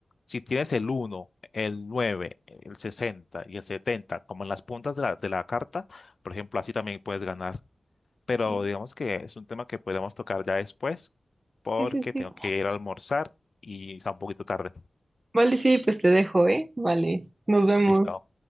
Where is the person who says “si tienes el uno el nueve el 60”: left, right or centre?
Left